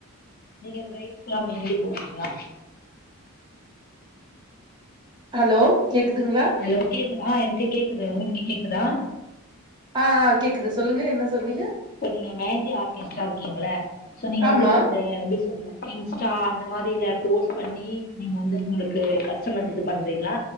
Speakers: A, on the left (about 40°); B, on the right (about 20°).
A: நீங்க பிரைட்ஸ்க்லா மெஹந்தி போட்றீங்ளா
B: ஹலோ கேக்குதுங்களா
A: ஹலோ கேக்கு ஆ எனக்கு கேக்குது உங்குளுக்கு கேக்குதா
B: ஆ ஆ கேக்குது சொல்லுங்க என்ன சொன்னிங்க
A: இப்ப நீங்க மெஹந்தி ஆர்டிஸ்ட்டா இருக்கீங்ள சோ நீங்க வந்து
B: ஆமா
A: இந்த எப்டி சொல்ற இன்ஸ்டா அந்த மாரில போஸ்ட் பண்ணி நீங்க வந்து உங்குளுக்கு கஸ்டமர் இது பண்றீங்ளா